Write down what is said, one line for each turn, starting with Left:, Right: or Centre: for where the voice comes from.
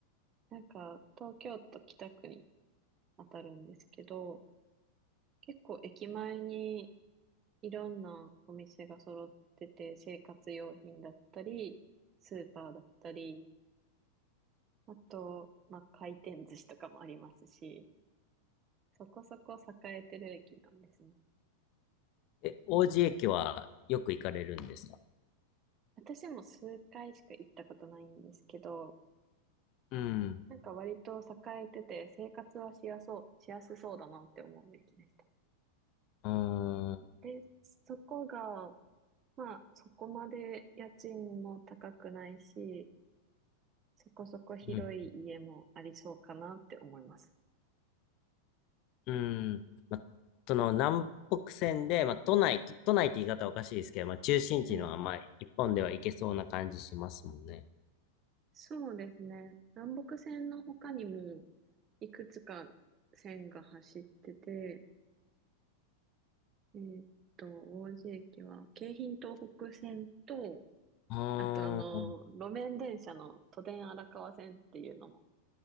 Right: なんか、東京都北区に当たるんですけど、結構駅前にいろんなお店が揃ってて、生活用品だったり、スーパーだったり、あと、まあ、回転寿司とかもありますし、そこそこ栄えてる駅なんですね。
Left: え、王子駅はよく行かれるんですか
Right: 私も数回しか行ったことないんですけど、
Left: うん。
Right: なんか割と栄えてて生活はしやそう、しやすそうだなって思うべきでした。
Left: うーん。
Right: で、そこが、まあそこまで家賃も高くないし、そこそこ広い家もありそうかなって思います。
Left: うん。うんま、その、南北線で、ま、都内、都都内って言い方はおかしいですけど、ま、中心地のは、
Right: はい。
Left: まあ、一本では行けそうな感じしますもんね。
Right: そうですね。南北線の他にもいくつか線が走ってて、えーっと、王子駅は京浜東北線と、
Left: あー、
Right: あとあの、路面電車の都電荒川線っていうのも